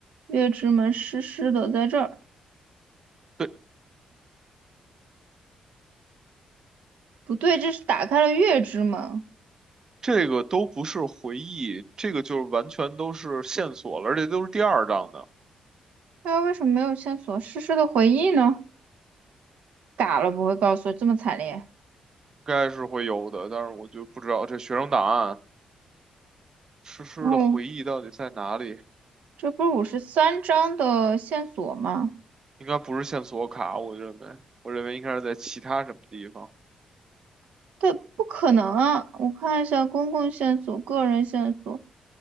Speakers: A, on the right; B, on the right.
A: 月之门湿湿的，在这儿。
B: 对，
A: 不对，这是打开了月之门。
B: 这个都不是回忆，这个就是完全都是线索了，而且都是第二章的，应
A: 那为什么没有线索？诗诗的回忆呢？打了不会告诉我这么惨烈。
B: 该是会有的，但是我就不知道这学生档案诗诗的回忆到底在哪里。
A: 然后这不是五十三章的线索吗？
B: 应该不是线索卡，我认为，我认为应该是在其他什么地方。
A: 对，不可能啊！我看一下公共线索、个人线索、